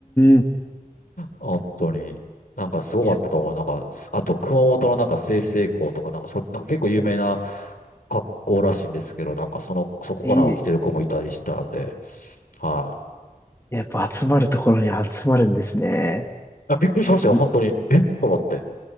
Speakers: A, on the left; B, on the left.
A: ん。
B: 本当に。なんかすごかったと思う。
A: やっぱ、
B: なんか、すあと熊本のなんか済々黌とか、なんかそ、なんか結構有名な格好らしいんですけど、なんかその、そこから起来てる子もいたりしたんで、
A: えー
B: はい。
A: やっぱ集まるところに集まるんですね。
B: あ、びっくりしましたよ、
A: う
B: 本当に。えと思って。